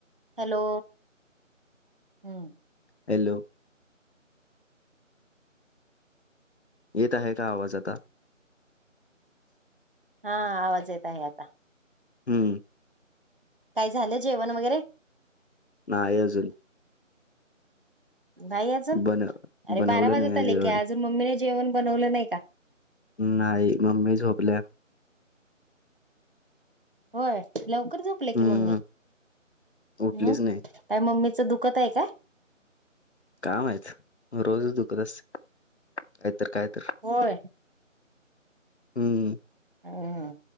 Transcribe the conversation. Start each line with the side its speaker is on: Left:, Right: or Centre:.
Right: हॅलो हम्म
Left: हॅलो येत आहे का आवाज आता?
Right: हा आवाज येत आहे आता.
Left: हम्म
Right: काय झालं जेवण वगैरे.
Left: नाही अजून
Right: नाही अजून
Left: बन
Right: अरे
Left: बनवलं
Right: बारा वाजत
Left: नाही आहे जेवण
Right: आले की अजून मम्मीने जेवण बनवलं नाही का
Left: नाही मम्मी झोपल्या
Right: होय लवकर झोपलिया
Left: हम्म
Right: की मम्मी
Left: उठलीच
Right: हम
Left: नाही
Right: काय मम्मीचं दुखत आहे काय?
Left: काय माहित रोज दुखत असते कायतर काय तर
Right: होय
Left: हम्म
Right: हम्म